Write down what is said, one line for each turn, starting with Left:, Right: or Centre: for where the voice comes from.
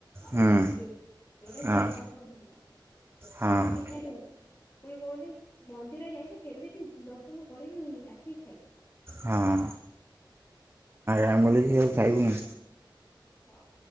Left: ଆଉ
Right: ହୁଁ
Left: ଗୁପଚୁପ ଯୋଉଟା
Right: ହଁ
Left: ଝିଅ ପିଲାଙ୍କର ଭଲ। ଆମେ
Right: ହଁ
Left: ତାକୁ କି ଛାଡୁ। କଣ କହୁନି ମନ୍ଦିର ଯାଇଚୁ କେମିତି ଦର୍ଶନ କରିକି ଆସିକି ଖାଇବୁ।
Right: ହଁ। ଆ ମିଳୁଚି ଆଉ ଖାଇବୁନି।
Left: ହଁ